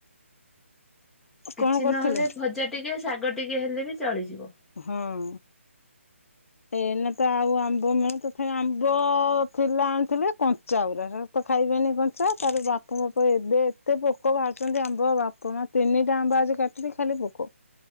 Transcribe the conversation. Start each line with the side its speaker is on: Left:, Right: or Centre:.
Centre: କିଛି
Left: କଣ କରିଥିଲେ?
Centre: ନହେଲେ ଭଜା ଟିକେ ଶାଗ ଟିକେ ହେଲେ ବି ଚଳିଯିବ।
Left: ହଁ। ଏଇନା ତ ଆଉ ଆମ୍ବ ମିଳୁନି ତଥାପି ଆମ୍ବ ଥିଲା ଆଣିଥିଲେ କଞ୍ଚା ଉରା ସେ ତ ଖାଇବେନି କଞ୍ଚା ତାପରେ ବାପ ଭାପ ଏବେ ଏତେ ପୋକ ବାହାରୁଛନ୍ତି ଆମ୍ବ ବାପ୍ କୁହ ତିନିଟା ଆମ୍ବ ଆଜି କାଟିଲି ଖାଲି ପୋକ।